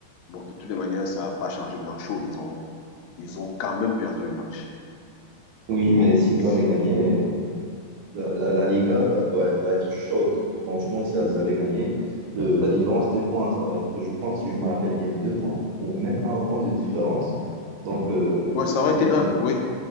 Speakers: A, on the left (about 70°); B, on the right (about 90°).
A: Bon, de toutes les manières, ça n'a pas changé grand-chose. Ils ont, ils ont quand même perdu le match.
B: Oui,
A: Donc,
B: mais s'ils avaient gagné, La, la- la Liga va, doit- va être chaude. Franchement, si elles avaient gagné, le- la différence des points, ça va être, je pense, si je me rappelle bien, deux points ou même un point de différence. Donc, euh,
A: ouais, ça aurait
B: les-
A: été un, oui.